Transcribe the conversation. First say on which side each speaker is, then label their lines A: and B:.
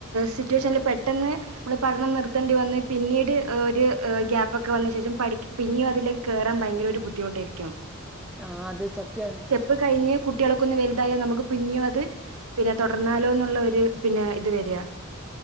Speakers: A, on the right (about 85°); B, in the centre.
A: സിറ്റുവേഷനിൽ പെട്ടെന്ന് നമ്മള് പഠനം നിർത്തേണ്ടി വന്ന് പിന്നീട് ഒരു ഗ്യാപ്പൊക്കെ വന്ന ശേഷം പഠി പിന്നും അതിലേക്ക് കയറാൻ ഭയങ്കര ഒരു ബുദ്ധിമുട്ടായിരിക്കും
B: ആഹ് അത് സത്യാണ്
A: ഇത് കഴിഞ് കുട്ടികളക്കൊ ഒന്ന് വലുതായൽ നമുക്ക് പിെന്നെയും അത് പിന്നെ തുടർന്നാലോന്നുള്ള ഒരു പിന്നെ ഇത് വരിയാ